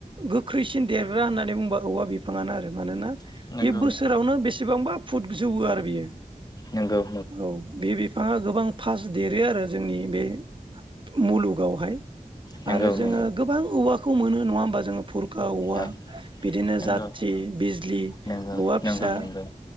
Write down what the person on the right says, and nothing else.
गोख्रैसिन देरग्रा होननानै बुंबा औवा बिफाङानो आरो मानोना
बे बोसोरावनो बेसेबांबा फुट जौवबो आरो बियो
औ- बे बिफाङा गोबां फास्ट देरो आरो जोंनि बे मुलुगावहाय
आरो
जोङो गोबां औवाखौ मोनो नङा होमबा जोङो फुर- गा-
बिदिनो
जाथि बिजलि
औवा
फिसा